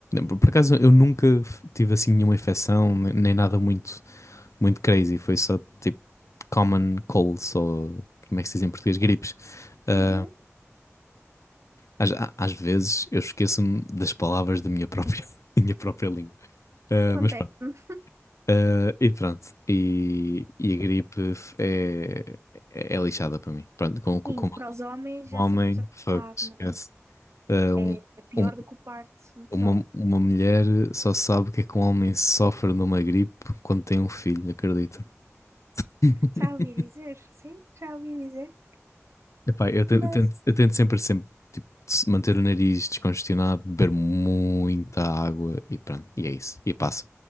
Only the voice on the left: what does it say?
Por por acaso eu nunca f- tive assim nenhuma infecção, ne- nem nada muito, muito crazy. Foi só tipo common colds ou como é que se diz em português? Gripes. Ah,
às, a- às vezes eu esqueço-me das palavras da minha própria, <laughs> minha própria língua. Ah,
mas pronto. Ah, e pronto. E, e a gripe f- é, é lixada para mim. Pronto, com, com,
com
o homem,
fuck,
esquece.
Ah, um,
um,
Uma, uma mulher só sabe que é que um homem sofre de uma gripe quando tem um filho, acredita? <laughs>
Epá, eu tento,
eu tento, eu tento sempre, sempre tipo, se- manter o nariz descongestionado, beber muita água e pronto, e é isso. E passa.